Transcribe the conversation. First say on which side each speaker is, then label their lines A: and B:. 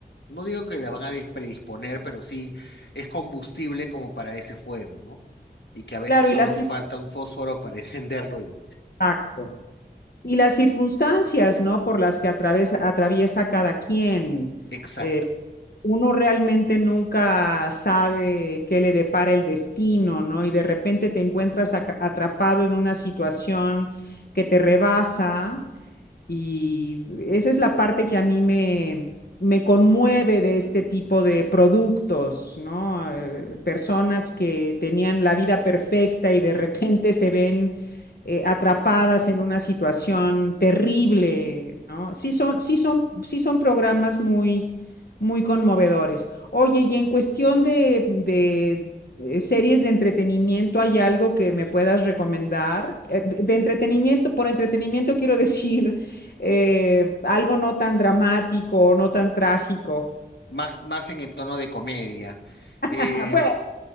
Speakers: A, on the left; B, on the left.
A: no digo que la van a des- predisponer, pero sí es combustible como para ese fuego, ¿no? Y que a veces
B: Claro,
A: solo
B: y las
A: falta un fósforo para <laughs> encenderlo y
B: Exacto. Y las circunstancias, ¿no? Por las que atraviesa, atraviesa cada quien.
A: exacto.
B: Eh, uno realmente nunca sabe qué le depara el destino, ¿no? Y de repente te encuentras aca- atrapado en una situación que te rebasa y esa es la parte que a mí me, me conmueve de este tipo de productos, ¿no? Eh, personas que tenían la vida perfecta y de repente se ven eh, atrapadas en una situación terrible, ¿no? Sí son, sí son, sí son programas muy, muy conmovedores. Oye, y en cuestión de, de, eh, series de entretenimiento, ¿hay algo que me puedas recomendar? Eh, De entretenimiento, por entretenimiento quiero <laughs> decir eh, algo no tan dramático, o no tan trágico.
A: Más, más en el tono de comedia.
B: <laughs>
A: Eh,
B: Bueno,